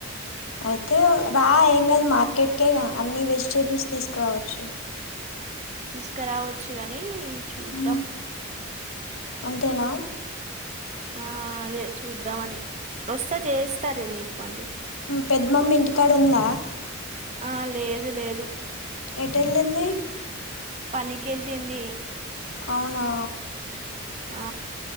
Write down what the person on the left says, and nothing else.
అయితే రా ఏం కదు మార్కెట్కే అన్ని వెజిటేబుల్స్ తీసుకురావచ్చు
మ్మ్ అంతేనా
పెద్దమమ్మి ఇంటికాడు ఉందా
ఏటెల్లింది
అవునా